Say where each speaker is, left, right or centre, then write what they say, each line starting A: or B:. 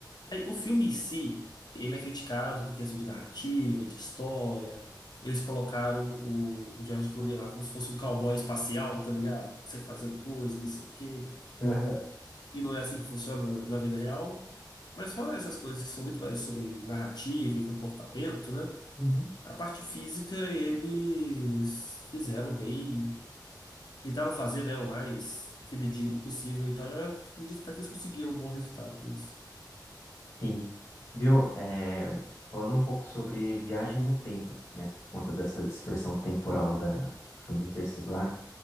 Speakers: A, on the left; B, on the left.
A: Aí, o filme em si, ele é criticado por questão de narrativa, de história. Eles colocaram o, o George Clooney lá como se fosse um cowboy espacial, tá ligado? Sem fazer coisa, não sei o quê.
B: Uhum.
A: e não é assim que funciona na vida real. Mas fora essas coisas que são muito mais sobre narrativa e comportamento, né?
B: Uhum.
A: A parte física eles fizeram bem, tentaram fazer, né, o mais fidedigno possível. Então eu acredito até que eles conseguiram um bom resultado com isso.
B: Sim, Viu? É, falando um pouco sobre viagem no tempo, né? Por conta dessa distorção temporal da do filme Interestelar.